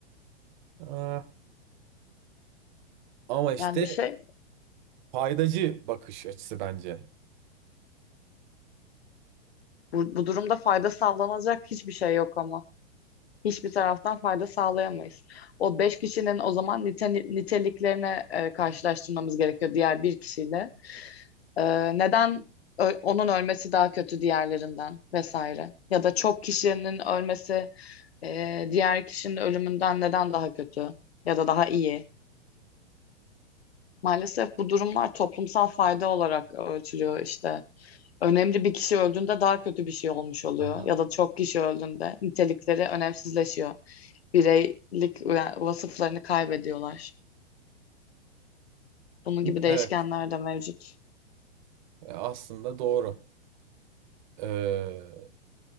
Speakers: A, on the right; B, on the left.
A: e, Ama işte
B: Yani bir şey
A: faydacı bakış açısı bence.
B: bu, bu durumda fayda sağlanacak hiçbir şey yok ama. Hiçbir taraftan fayda sağlayamayız. O beş kişinin o zaman nite, niteliklerini e, karşılaştırmamız gerekiyor diğer bir kişiyle. E, neden ö- onun ölmesi daha kötü diğerlerinden vesaire? Ya da çok kişinin ölmesi e, diğer kişinin ölümünden neden daha kötü ya da daha iyi? Maalesef bu durumlar toplumsal fayda olarak ölçülüyor işte. Önemli bir kişi öldüğünde daha kötü bir şey olmuş oluyor
A: Aha.
B: ya da çok kişi öldüğünde nitelikleri önemsizleşiyor. Bireylik yani vasıflarını kaybediyorlar. Bunun gibi değişkenler
A: Evet,
B: de mevcut.
A: e, aslında doğru. Ee,